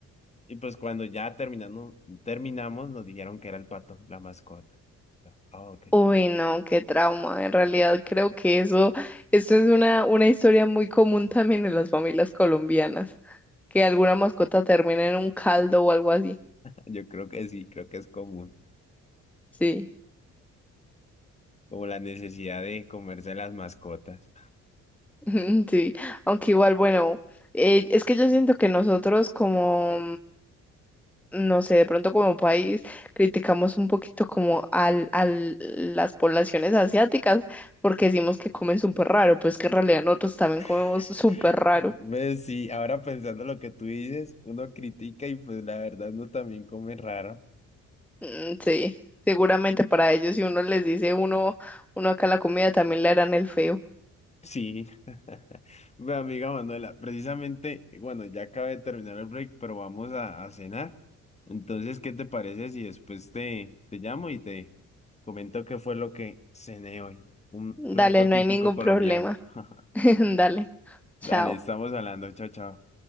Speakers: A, on the left (about 20°); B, in the centre.
A: Y pues cuando ya terminando, terminamos nos dijeron que era el pato, la mascota. Yo, Ah, ok.
B: Uy, no, qué trauma. En realidad creo que eso, eso es una, una historia muy común también en las familias colombianas, que alguna mascota termina en un caldo o algo así.
A: Yo creo que sí, creo que es común,
B: Sí,
A: como la necesidad de comerse las mascotas.
B: <laughs> sí. Aunque igual, bueno, eh, es que yo siento que nosotros como no sé, de pronto como país criticamos un poquito como al, al las poblaciones asiáticas porque decimos que comen súper raro, pues que en realidad nosotros también
A: <laughs>
B: comemos súper raro.
A: Pues sí, ahora pensando lo que tú dices, uno critica y pues la verdad uno también come raro.
B: Mm, sí, seguramente para ellos si uno les dice uno, uno acá la comida también le harán el feo.
A: Sí. <laughs> Bueno, amiga Manuela, precisamente, bueno, ya acabé de terminar el break, pero vamos a, a cenar. Entonces, ¿qué te parece si después te, te llamo y te comento qué fue lo que cené hoy? Un
B: Dale,
A: plato
B: no
A: típico
B: hay ningún
A: colombiano.
B: problema.
A: <laughs>
B: <laughs> Dale, chao.
A: Dale, estamos hablando. Chao, chao.